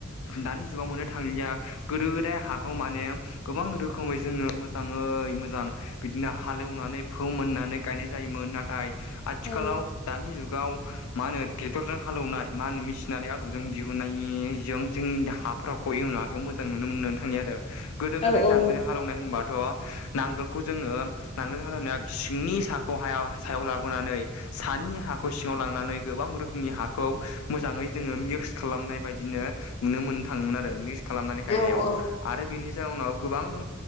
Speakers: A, on the left; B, on the left.
A: दानि जुगाव मोननो थांलिया। गोदो गोदाय हाखौ माने गोबां रोखोमै जोङो मोजाङै मोजां बिदिनो हालेवनानै फोमोननानै गायनाय जायोमोन नाथाय आथिखालाव
B: औ
A: दानि जुगाव मा होनो ट्रेक्टरजों हालेवनाय मा होनो मेसिनारि आदबजों दिहुननायजों जोंनि हा फोरावखौ एवनाङाखैखौ मोजां नुनो मोननानै थाङनि आरो गोदो गोदाय
B: औ औ
A: नांगोलजों हालेवनाय होनबाथ' नांगोलखौ जोङो नांगोल हालेवनाया सिंनि साखौ हायाव सायाव लाबोनानै सानि हाखौ सिङाव लांनानै गोबां रोखोमनि हाखौ मोजाङै जोङो मिक्स खालामनाय बायदिनो नुनो मोननो थाङोमोन आरो मिक्स खालामनानै
B: नंगौ
A: गायनायाव
B: औ
A: आरो बेनि जाउनाव गोबां